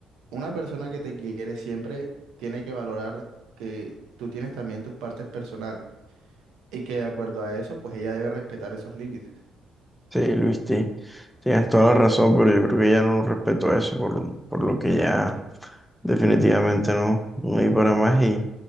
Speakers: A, on the right; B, in the centre.
A: una persona que te quiere siempre tiene que valorar que tú tienes también tus partes personales y que de acuerdo a eso, pues ella debe respetar esos límites.
B: Sí, Luis, ti- tienes toda la razón, pero yo creo que ya no respeto eso por, por lo que ya... Definitivamente no, no hay para más y